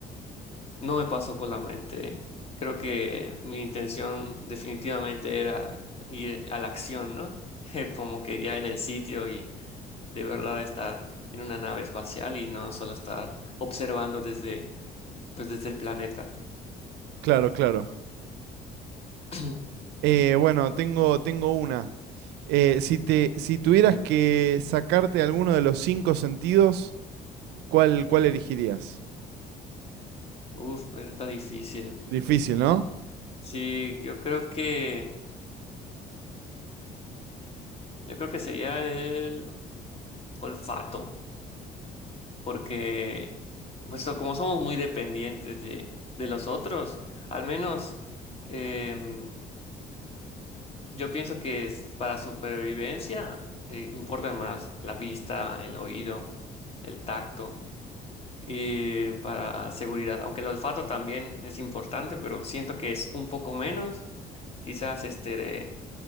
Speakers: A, on the left (about 35°); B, on the right (about 80°).
A: No me pasó por la mente. Creo que mi intención definitivamente era ir a la acción, ¿no? <laughs> Como que ya en el sitio y de verdad estar en una nave espacial y no solo estar observando desde, pues desde el planeta.
B: Claro, claro.
A: <clears throat>
B: Eh, bueno, tengo, tengo una. Eh, si te, si tuvieras que sacarte alguno de los cinco sentidos, ¿cuál, cuál elegirías?
A: Uf, eso está difícil.
B: Difícil, ¿no?
A: Mm, Sí, yo creo que, yo creo que sería el olfato, porque pues, so, como somos muy dependientes de, de los otros, al menos em, yo pienso que es para supervivencia eh, importan más la vista, el oído, el tacto. y para seguridad, aunque el olfato también es importante, pero siento que es un poco menos, quizás este de,